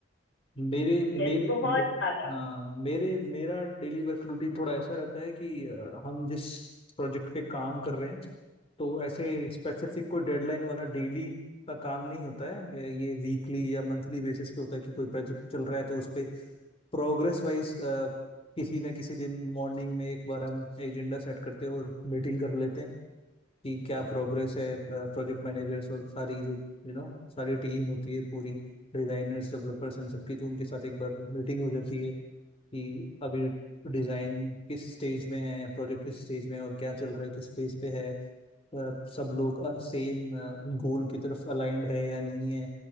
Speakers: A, on the left (about 30°); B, on the left (about 80°).
A: मेरे मेरे
B: यस बहुत
A: मे,
B: ज्यादा
A: हाँ मेरे मेरा डेली वर्क रूटीन थोड़ा ऐसा रहता है कि अ, हम जिस प्रोजेक्ट पे काम कर रहे हैं तो ऐसे स्पेसिफिक कोई डेडलाइन वाला डेली का काम नहीं होता है अ, ये वीकली या मंथली बेसिस पे होता है कि कोई प्रोजेक्ट चल रहा है तो उस पे प्रोग्रेस वाइज किसी ना किसी दिन मॉर्निंग में एक बार हम एजेंडा सेट करते हैं और मीटिंग कर लेते हैं कि क्या प्रोग्रेस है प्रोजेक्ट मैनेजर्स और सारी जो यू नो सारी टीम होती है पूरी डिजाइनर्स डेवलपर्स इन सबकी तो उनके साथ एक बार मीटिंग हो जाती है कि अभी डिजाइन किस स्टेज में है प्रोजेक्ट किस स्टेज में है और क्या चल रहा है किस फेज पे है अ, सब लोग सेम गोल की तरफ अलाइंड है या नहीं है